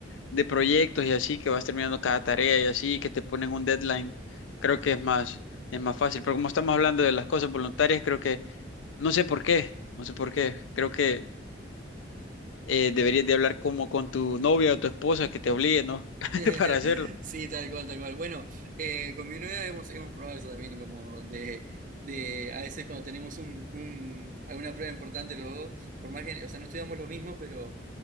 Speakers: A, on the left; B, on the right.
A: de proyectos y así, que vas terminando cada tarea y así, que te ponen un deadline, creo que es más, es más fácil. Pero como estamos hablando de las cosas voluntarias, creo que, no sé por qué, no sé por qué, creo que eh, deberías de hablar como con tu novia o tu esposa que te obligue, ¿no? <laughs>
B: <laughs>
A: Para hacerlo.
B: Sí, tal cual, tal cual. Bueno, eh, con mi novia hemos, hemos probado eso también, como de, de a veces cuando tenemos un, un- alguna prueba importante los dos, por más que, o sea, no estudiamos lo mismo, pero,